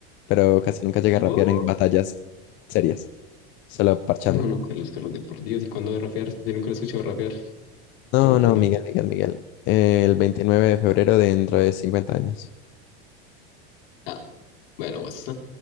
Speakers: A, on the left; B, on the left.
A: Pero casi nunca llegué
B: ¿Vos?
A: a rapear en batallas serias, solo parchando.
B: No, no, Carlos, Carlos, de por Dios, ¿y cuándo va a rapear? Yo nunca lo he escuchado rapear.
A: No,
B: ¿Cuándo, cuándo?
A: no, Miguel, Miguel, Miguel. El 29 de febrero de dentro de 50 años.
B: Ah, bueno, what's